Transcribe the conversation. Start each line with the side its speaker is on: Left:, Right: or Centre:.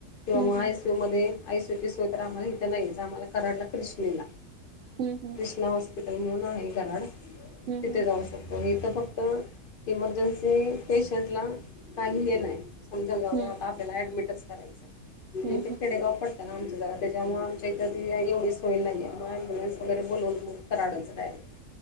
Left: किंवा
Right: हम्म
Left: मग आय एसी यू मध्ये आयसीयू सोय तर आम्हाला इथे नाहीच आम्हाला कराडला कृष्णेला
Right: हम् हम.
Left: कृष्णा हॉस्पिटल म्हणून आहे कराड
Right: हम्म
Left: तिथे
Right: हम्म
Left: जाऊ शकतो. हो इथ फक्त इमर्जन्सी पेशंटला काही हे नाही समजा गावात
Right: हम्म
Left: आता आपल्याला ऍडमिटच करायचं
Right: हम्म
Left: इथे
Right: हम्म
Left: खेडेगाव पण आमचं जरा त्याच्यामुळे आमच्या इथ एवढीच होय नाहीये मग अबुलन्स वगैरे बोलवून मग कराडच डायरेक्ट